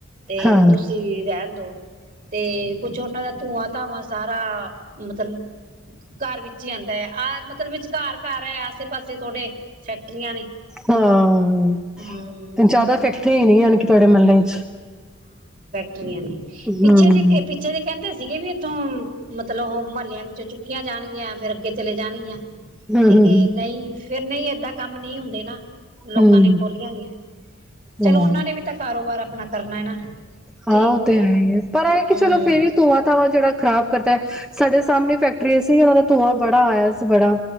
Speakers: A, on the right (about 40°); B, in the centre.
A: ਤੇ
B: ਹਾਂ।
A: ਤੁਸੀਂ ਵੀ ਰਹਿਣ ਦੋ, ਤੇ ਕੁਛ ਉਹਨਾਂ ਦਾ ਧੂੰਆਂ ਧਾਵਾਂ ਸਾਰਾ ਮਤਲਬ ਘਰ ਵਿੱਚ ਈ ਆਂਦਾ ਐ, ਆਹ ਮਤਲਬ ਵਿਚਕਾਰ ਘਰ ਹੈ ਆਸੇ ਪਾਸੇ ਥੋਡੇ ਫੈਕਟਰੀਆਂ ਨੇ
B: ਹਾਂ,
A: ਹਮ
B: ਜ਼ਿਆਦਾ ਫੈਕਟਰੀਆਂ ਈ ਨੇ ਯਨੀਕੀ ਤੁਹਾਡੇ ਮਹੱਲੇ ਚ
A: <unintelligible> ਨੇ
B: ਹੂੰ,
A: ਪਿੱਛੇ ਜੇ ਪਿੱਛੇ ਜੇ ਕਹਿੰਦੇ ਸੀਗੇ ਵੀ ਇੱਥੋਂ ਮਤਲਬ ਉਹ ਮਹੱਲਿਆਂ ਵਿੱਚੋਂ ਚੁੱਕੀਆਂ ਜਾਣਗੀਆਂ ਫੇਰ ਅੱਗੇ ਚਲੇ ਜਾਣਗੀਆਂ।
B: ਹੂੰ-ਹੂੰ,
A: ਤੇ
B: ਹੂੰ,
A: ਏ ਨਹੀਂ ਫੇਰ ਨਹੀਂ ਏਦਾਂ ਕੰਮ ਨਹੀਂ ਹੁੰਦੇ ਨਾ। ਲੋਕਾਂ
B: ਹੂੰ,
A: ਨੇ ਖੋਲੀਆਂ ਹੋਈਆਂ,
B: ਹੂੰ
A: ਚਲੋ
B: ਹਾਂ।
A: ਉਹਨਾਂ ਨੇ ਵੀ ਤਾਂ ਕਾਰੋਬਾਰ ਆਪਣਾ ਕਰਨਾ ਨਾ।
B: ਹਾਂ,
A: ਠੀਕ
B: ਉਹ ਤੇ ਹੈ ਈ ਐ, ਪਰ ਇਹ ਹੈ ਕਿ
A: ਹਮ
B: ਚਲੋ ਫੇਰ ਵੀ ਧੂੰਵਾਂ ਧਾਵਾਂ ਜਿਹੜਾ ਖ਼ਰਾਬ ਕਰਦਾ, ਸਾਡੇ ਸਾਹਮਣੇ ਫੈਕਟਰੀ ਸੀ ਉਹਨਾਂ ਦਾ ਧੂੰਆਂ ਬੜਾ ਆਇਆ ਸੀ ਬੜਾ